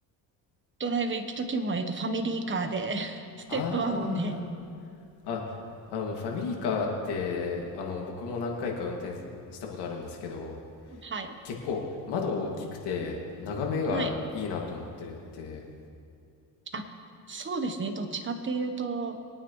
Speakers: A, on the right; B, on the left.
A: ドライブ行くときも、えっと、ファミリーカーで、<laughs> ステップワゴンで。
B: あー、あ、あの、ファミリーカーって、あの、僕も何回か運転したことあるんですけど、
A: はい。
B: 結構窓大きくて、眺めがいいなと思ってるって、
A: はい。あ、そうですね。どっちかっていうと、